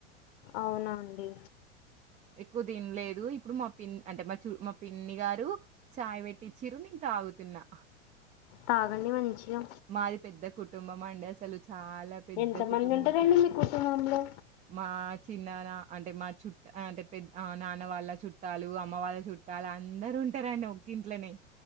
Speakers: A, on the left (about 55°); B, on the right (about 20°).
A: అవునా అండి
B: కు తిన్లేదు ఇప్పుడు మా పిన్ అంటే మా చూ మా పిన్ని గారు చాయ్ పెట్టిచ్చురు నేను తాగుతున్నా
A: తాగండి మంచిగా
B: మాది పెద్ద కుటుంబం అండి అస్సలు చాలా పెద్ద
A: ఎంత
B: కుటుంబం
A: మంది ఉంటారండి మీ కుటుంబంలో
B: మా చిన్నానా అంటే మా చుట్ట అంటే పెద్ద నాన్న వాళ్ళ చుట్టాలు అమ్మ వాళ్ళ చుట్టాలు అందరూ ఉంటారండి ఒకింట్లోనే